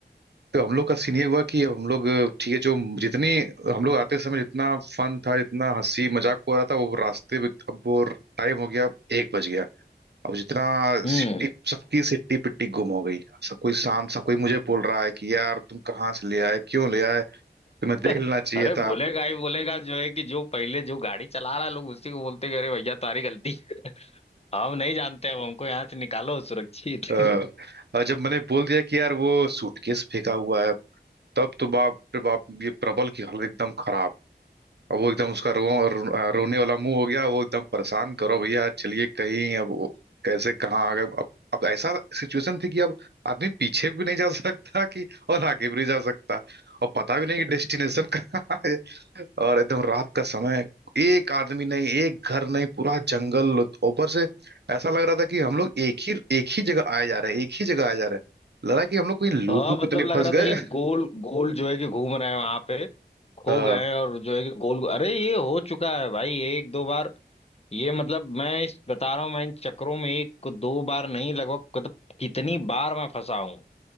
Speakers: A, on the right; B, on the left.
A: तो हम लोग का सीन ये हुआ कि अब हम लोग ठीक है जो जितनी हम लोग आते समय जितना फन था जितना हंसी मजाक हो रहा था वो रास्ते में अब वो टाइम हो गया एक बज गया अब जितना
B: हम्म
A: सिट्टी सबकी सिट्टी पिट्टी गुम हो गई सब कोई शांत सब कोई मुझे बोल रहा है कि यार तुम कहाँ से ले आए क्यों ले आए तुम्हें देख
B: <laughs>
A: लेना चाहिए
B: अरे
A: था
B: बोलेगा ही बोलेगा जो है कि जो पहले जो गाड़ी चला रहा है लोग उसी को बोलते हैं, अरे भैया तुम्हारी गलती है। <laughs> हम नहीं जानते अब हमको यहाँ से निकालो सुरक्षित
A: अ,
B: <laughs>
A: और जब मैंने बोल दिया कि यार वो सूटकेस फेंका हुआ है तब तो बाप रे बाप ये प्रबल की हालत एकदम खराब अब वो एकदम उसका रो, रो, आ, रोने वाला मुंह हो गया वो एकदम परेशान करो भैया चलिए कहीं अब वो कैसे कहाँ आ गए अब अब ऐसा सिचुएशन थी कि अब आदमी पीछे भी नहीं जा सकता कि और आगे भी नहीं जा सकता और पता भी नहीं कि डेस्टिनेशन <laughs> कहाँ है और एकदम रात का समय एक आदमी नहीं एक घर नहीं पूरा जंगल ऊपर से ऐसा लग रहा था कि हम लोग एक ही एक ही जगह आए जा रहे हैं एक ही जगह आए जा रहे हैं लगा कि हम लोग कोई लूप
B: हाँ
A: वूप
B: मतलब
A: तो नहीं
B: लग
A: फंस
B: रहा था
A: गए
B: कि गोल गोल जो है कि घूम रहे हैं वहां पे खो
A: <laughs> हाँ
B: गए हैं और जो है कि गोल अरे ये हो चुका है भाई एक दो बार ये मतलब मैं इस बता रहा हूँ मैं इन चक्करों में एक दो बार नहीं लगभग मतलब कितनी बार मैं फंसा हूँ